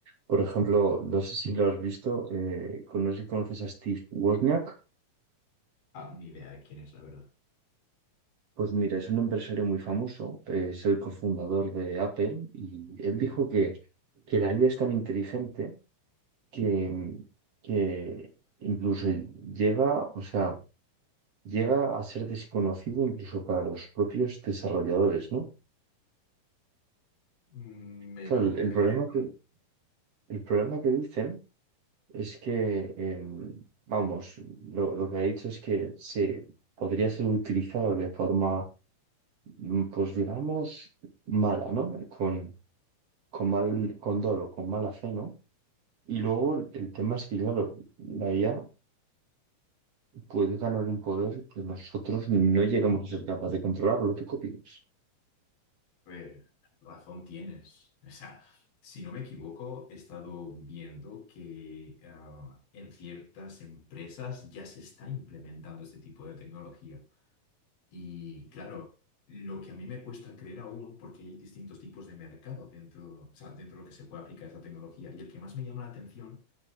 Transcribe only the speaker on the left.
Ah, ni idea de quién es, la verdad.
Mm, Me
lo
creeré.
A ver, Razón tienes. O sea, si no me equivoco, he estado viendo que ah, en ciertas empresas ya se está implementando este tipo de tecnología. Y claro, lo que a mí me cuesta creer aún, porque hay distintos tipos de mercado dentro, o sea, dentro de lo que se puede aplicar esa tecnología, y el que más me llama la atención,